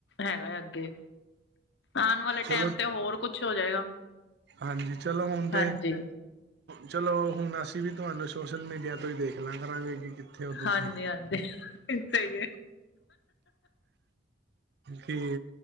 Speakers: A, on the left; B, on the right.
A: ਹੈਗਾ ਹੈ ਅੱਗੇ। ਆਉਣ ਵਾਲੇ
B: ਚਲੋ
A: ਟਾਈਮ ਤੇ, ਹੋਰ ਕੁੱਛ ਹੋ ਜਾਏਗਾ।
B: ਹਾਂਜੀ, ਚਲੋ ਹੁਣ ਤੇ
A: ਹਾਂਜੀ,
B: ਚਲੋ ਹੁਣ ਅਸੀਂ ਵੀ, ਤੁਹਾਨੂੰ ਸੋਸ਼ਲ ਮੀਡੀਆ ਤੋਂ ਹੀ ਦੇਖ ਲਾਂਰਾ ਕੀ। ਕਿੱਥੇ ਹੋ ਤੁਸੀਂ।
A: ਹਾਂਜੀ, ਹਾਂਜੀ ਸਹੀ ਹੈ
B: ਕਿ